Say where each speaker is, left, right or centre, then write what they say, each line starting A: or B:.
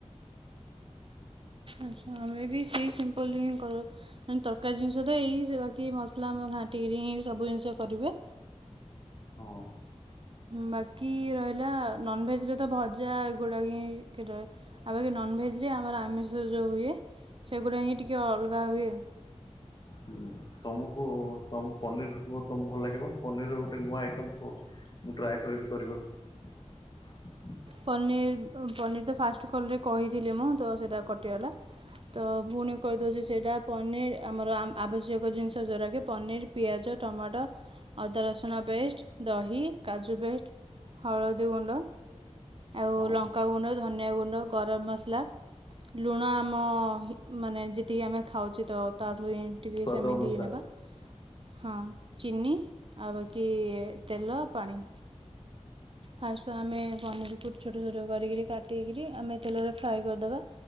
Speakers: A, on the right; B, on the left.
A: ଆଛା ଆମେ ବି ସେଇ ସିମ୍ପଲ ତରକାରୀ ଜିନିଷ ତ ଏଇ ବାକି ମସଲା ଆମ ଘାଣ୍ଟିକିରିି ସବୁ ଜିନିଷ କରିବେ।
B: ହଁ।
A: ବାକି ରହିଲା ନନଭେଜରେ ତ ଭଜା ଏଗୁଡ଼ାକ ହିଁ ଆଉ ବାକି ନନଭେଜରେ ଆମର ଆମିଷ ଯେଉଁ ହୁଏ ସେଗୁଡ଼ା ହିଁ ଟିକିଏ ଅଲଗା ହୁଏ।
B: ହ ତମକୁ ତ ପନିରକୁ ତ ଭଲ ଲାଗିବ ପନିର ଗୋଟେ ନୂଆ ଆଇଟମ କୁହ ମୁଁ ଟ୍ରାଏ କରିବି କରିବାକୁ।
A: ପନିର୍ ପନିର୍ ତ ଫାଷ୍ଟ କଲେ କହିଥିଲି ମୁଁ ତ ସେଇଟା କଟିଗଲା ତ ପୁଣି କହିଦଉଛି ସେଇଟା ପନିର ଆମର ଆବଶ୍ୟକ ଜିନିଷ ଯୋଉଟାକି ପନିର ପିଆଜ ଟମାଟୋ। ଅଦା ରସୁଣ ପେଷ୍ଟ। ଦହି କାଜୁ ପେଷ୍ଟ ହଳଦୀ ଗୁଣ୍ଡ ଆଉ
B: ହଁ
A: ଲଙ୍କା ଗୁଣ୍ଡ ଧନି ଗୁଣ୍ଡ ଗରମ ମସଲା ଲୁଣ ଆମ ମାନେ ଯେତିକି ଆମେ ଖାଉଚେ ତ ଟିକେ
B: ସ୍ଵାଦ
A: ସେମିତି
B: ଅନୁସାର
A: ହେଇ ନେବା ହଁ ଚିନି ଆଉ ବାକି ତେଲ ପାଣି। ଫାଷ୍ଟ ତ ଆମେ ପନିର ଛୋଟ ଛୋଟ କରିକିରି କାଟିକିରି ଆମେ ତେଲରେ ଫ୍ରାଏ କରିଦେବା